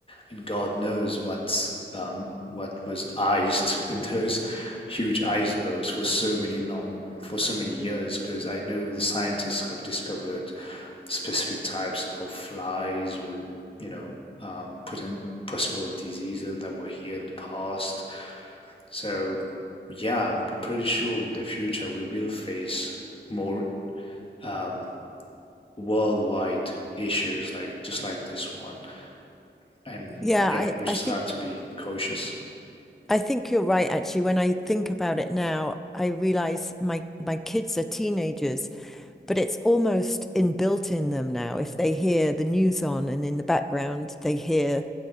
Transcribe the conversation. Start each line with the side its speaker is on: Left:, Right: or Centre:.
Left: and God knows what's um, what was iced <laughs> in those huge icebergs for so many long for so many years. Because I know the scientists have discovered specific types of flies or you know um, potent possible diseases that were here in the past. So yeah, I'm pretty sure in the future we will face more um, worldwide issues like just like this one and
Centre: Yeah,
Left: yeah
Centre: I
Left: we just
Centre: I think
Left: have to be cautious
Centre: I think you're right actually. When I think about it now, I realize my my kids are teenagers but it's almost inbuilt in them now. If they hear the news on and in the background they hear